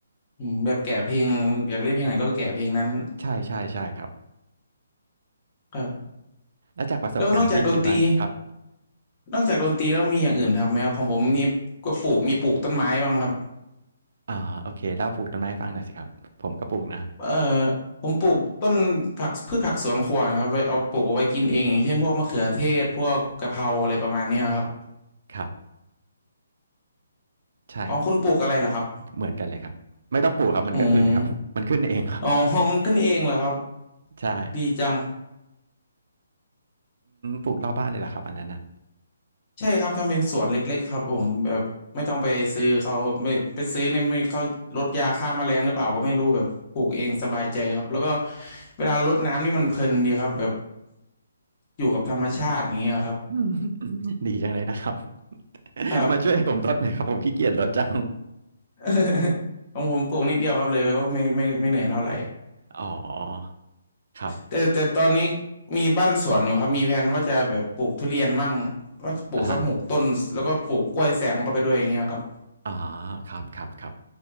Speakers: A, on the left; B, on the right.
A: อืมแบบแกะเพลงอยากเล่นเพลงไหนก็แกะเพลงนั้น
B: ใช่ๆใช่ครับ
A: ครับ
B: แล้วจากประสบการณ์พี่คิดว่านะครับ
A: แล้วนอกจากดนตรีนอกจากดนตรีแล้วมีอย่างอื่นทำไหมครับของผมนี่ก็ปลูกมีปลูกต้นไม้บ้างครับ
B: อ่าโอเคเล่าปลูกต้นไม้ให้ฟังหน่อยสิครับผมก็ปลูกนะ
A: เอ่อผมปลูกต้นผักพืชผักสวนครัวนะครับไว้เอาปลูกเอาไว้กินเองอย่างเช่นพวกมะเขือเทศพวกกะเพราอะไรประมาณเนี้ยครับ
B: ครับใช่
A: ของคุณปลูกอะไรเหรอครับ
B: เหมือนกันเลยครับไม่ต้องปลูกครับมันก็ขึ้นครับ
A: อืม
B: <laughs> มันขึ้นเองครับ
A: อ๋อ <laughs> มันขึ้นเองเหรอครับ
B: ใช่
A: ดีจัง
B: ปลูกรอบบ้านเลยเหรอครับอันนั้นอ่ะ
A: ใช่ครับทำเป็นสวนเล็กๆครับผมแบบไม่ต้องไปซื้อเขาไม่ไปซื้อเนี่ยไม่เขาลดยาฆ่าแมลงหรือเปล่าก็ไม่รู้แบบปลูกเองสบายใจครับแล้วก็เวลารดน้ำนี่มันเพลินดีครับแบบอยู่กับธรรมชาติอย่างเงี้ยครับ
B: <coughs> ดีจังเลยนะครับ <laughs>
A: ครับ
B: มาช่วยผมรดหน่อยครับผมขี้เกียจรดจัง
A: <laughs> ของผมปลูกนิดเดียวครับเลยก็ไม่ไม่ไม่เหนื่อยเท่าไหร่
B: อ๋อครับ
A: แต่แต่ตอนนี้มีบ้านสวนอยู่ครับมีแผนว่าจะแบบปลูกทุเรียนมั่งว่าจะปลูกสักหกต้นแล้วก็ปลูกกล้วยแซมเข้าไปด้วยอย่างเงี้ยครับ
B: อ่าฮะอ๋อครับครับครับ